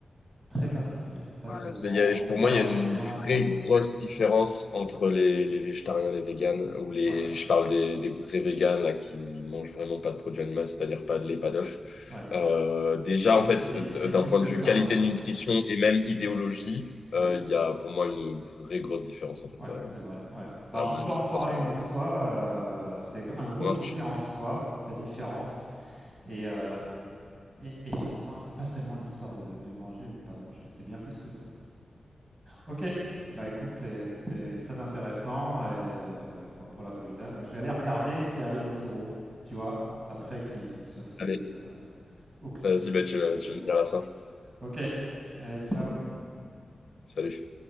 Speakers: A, on the right; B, on the left.
A: Très particulières. C'est pas
B: voilà,
A: seulement
B: c'est- il y a-
A: ne
B: pour
A: pas
B: moi,
A: manger
B: il y a une
A: de viande.
B: vraie
A: euh,
B: grosse différence entre les, les végétariens, les véganes, ou les,
A: ouais,
B: je parle des, des vrais véganes, là, qui mangent vraiment pas de produits animaux, c'est-à-dire pas de lait, pas d'œufs.
A: ouais.
B: Euh, déjà,
A: Mais
B: en
A: c'est
B: fait,
A: c'est- c'est
B: euh, d'un
A: plus
B: point
A: que
B: de
A: ça.
B: vue qualité
A: hein.
B: de nutrition et même idéologie,
A: Ouais.
B: euh, il y a pour moi une vraie grosse différence, en fait.
A: Ouais,
B: Euh,
A: c'est vrai. Ouais.
B: Ça
A: Bah, on
B: a même
A: peut en reparler
B: presque rien
A: une
B: à voir.
A: autre fois. euh, c'est un gros
B: Ça
A: sujet
B: marche.
A: en soi, la différence. Et, euh, et effectivement, c'est pas seulement l'histoire de, de manger ou de pas manger. C'est bien plus que ça. Ok. Bah écoute, c'est- c'était très intéressant. Et euh, bon, pour la corrida, moi, je vais aller regarder ce qui arrive au taureau. Tu vois, après qu'il qu'il soit fait
B: Allez,
A: euh, oxy
B: vas-y, bah,
A: par
B: tu,
A: le matador.
B: tu me diras ça.
A: Ok. Allez, ciao.
B: Salut.